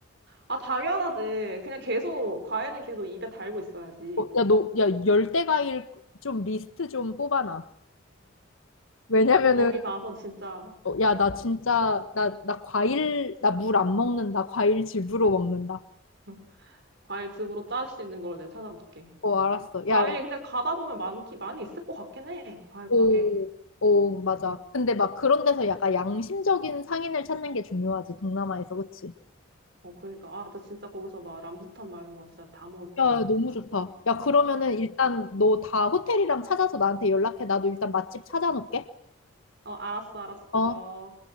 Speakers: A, on the right; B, on the left.
A: 아, 당연하지. 그냥 계속, 과일은 계속 입에 달고 있어야지.
B: 어, 야, 너, 야, 열대 과일 좀 리스트 좀 뽑아놔. 왜냐면은
A: 거기 가서 진짜
B: 어, 야, 나 진짜 나, 나 과일 나 물 안 먹는다. 과일 집으로 먹는다.
A: <laughs> 과일 즙으로 짤 수 있는 걸로 내가 찾아볼게.
B: 어, 알았어.
A: 과일
B: 야, 야,
A: 근데 가다 보면 많기 많이 있을 것 같긴 해. 과일
B: 오,
A: 가게.
B: 오, 맞아.
A: 응.
B: 근데 막 그런 데서 약간 양심적인 상인을 찾는 게 중요하지, 동남아에서, 그치?
A: 어 그러니까 아 나 진짜 거기서 막 람부탄 막 이런 거 진짜 다 먹을 거야
B: 야,
A: 막.
B: 너무
A: 진짜.
B: 좋다. 야, 그러면은
A: 응.
B: 일단 너 다 호텔이랑 찾아서 나한테 연락해. 나도 일단 맛집 찾아놓을게.
A: 어 알았어 알았어.
B: 어.